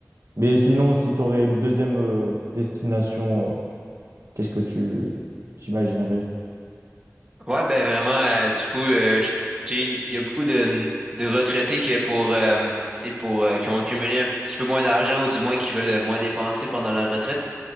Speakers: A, on the right; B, on the right.
A: Mais sinon, si tu aurais une deuxième euh, destination, euh, qu'est-ce que tu t'imaginerais?
B: Ouais, ben vraiment, euh, du coup, euh, je- tu sais, il y a beaucoup de, de retraités que pour, euh, tu sais, pour, euh, qui ont accumulé un petit peu moins d'argent ou du moins qui veulent moins dépenser pendant leur retraite,